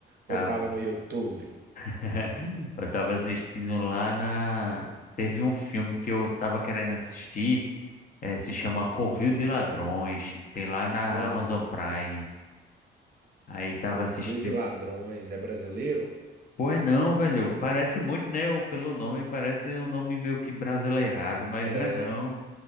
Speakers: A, on the left (about 45°); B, on the right (about 50°).
A: tava.
B: ou tava no YouTube?
A: <laughs> Eu tava assistindo lá na. Teve um filme que eu tava querendo assistir, eh, se chama Covil de Ladrões, tem lá na
B: Ah,
A: Amazon Prime. Aí tava
B: Covil
A: assistindo.
B: de Ladrões. É brasileiro?
A: Pois não, velho. Parece muito, né? o- Pelo nome, parece um nome meio que brasileirado, mas
B: É.
A: não é não.